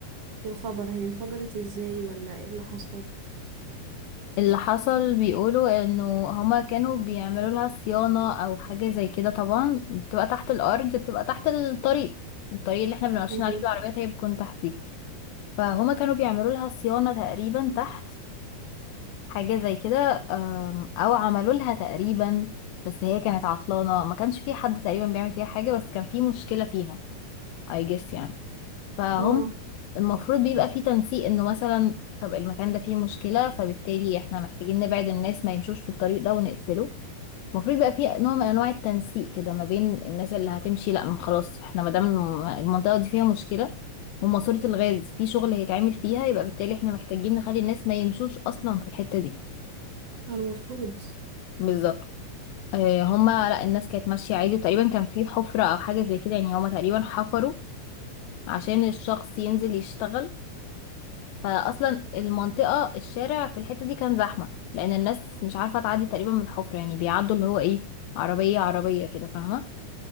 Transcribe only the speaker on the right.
في الخبر هي انفجرت ازاي ولا ايه اللي حصل
تمام.
اه
المفروض